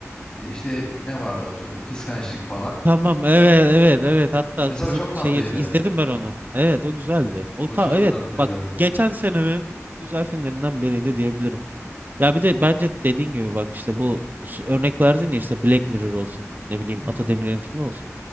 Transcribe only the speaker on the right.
Tamam evet evet evet hatta
kızın
şeyi
izledim ben onu. Evet o güzeldi. O
ta
evet
bak
geçen senenin güzel filmlerinden biriydi diyebilirim. Ya bir de bence dediğin gibi bak işte bu s- örnek verdin ya işte Black Mirror olsun ne bileyim
Ata
Demirer'in filmi olsun.